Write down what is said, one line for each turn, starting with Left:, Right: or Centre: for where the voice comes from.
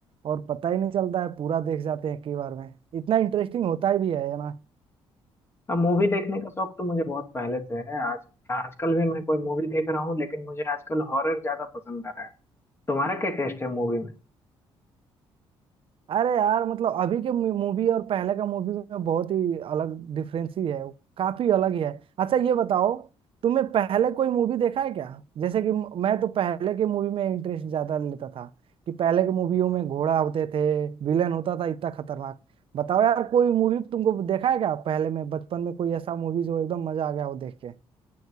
Right: और पता ही नहीं चलता है पूरा देख जाते हैं कई बार में इतना इंटरेस्टिंग होता ही भी है ना
Left: अब मूवी देखने का शौक तो मुझे बहुत पहले से है आज आजकल भी मैं कोई मूवी देख रहा हूँ लेकिन मुझे आजकल हॉरर ज्यादा पसंद आ रहा है तुम्हारा क्या टेस्ट है मूवी में
Right: अरे यार मतलब अभी के मूवी और पहले का मूवी में बहुत ही अलग डिफरेंस ही है काफी अलग ही है अच्छा ये बताओ तुमने पहले कोई मूवी देखा है क्या जैसे कि म- मैं तो पहले के मूवी में इंटरेस्ट ज्यादा लेता था कि पहले के मूवियों में घोड़ा होते थे विलेन होता था इतना खतरनाक बताओ यार कोई मूवी तुमको देखा है क्या पहले में बचपन में कोई ऐसा मूवी जो एकदम मजा आ गया हो देख के